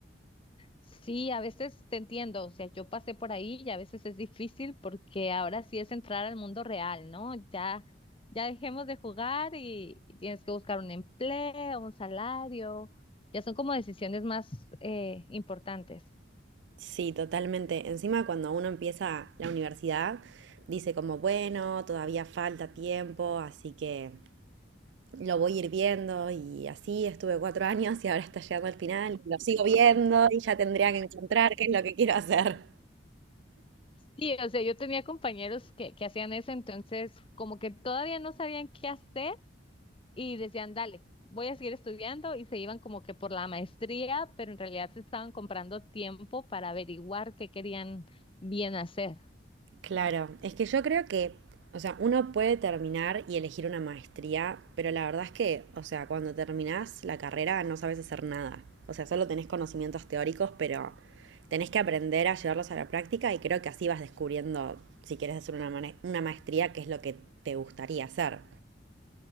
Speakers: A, on the left (about 30°); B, on the right (about 70°).
A: Sí, a veces te entiendo. O sea, yo pasé por ahí y a veces es difícil porque ahora sí es entrar al mundo real, ¿no? Ya, ya dejemos de jugar y, y tienes que buscar un empleo, un salario. Ya son como decisiones más eh, importantes.
B: Sí, totalmente. Encima cuando uno empieza la universidad, dice como, bueno, todavía falta tiempo, así que Lo voy a ir viendo y así estuve cuatro años y ahora está llegando al final. Lo sigo viendo y ya tendría que encontrar qué es lo que quiero hacer.
A: Sí, o sea, yo tenía compañeros que, que hacían eso, entonces como que todavía no sabían qué hacer Y decían, dale, voy a seguir estudiando y se iban como que por la maestría, pero en realidad se estaban comprando tiempo para averiguar qué querían bien hacer.
B: Claro, es que yo creo que, o sea, uno puede terminar y elegir una maestría, pero la verdad es que, o sea, cuando terminás la carrera no sabes hacer nada. O sea, solo tenés conocimientos teóricos, pero tenés que aprender a llevarlos a la práctica y creo que así vas descubriendo si quieres hacer una, mane- una maestría, qué es lo que te gustaría hacer.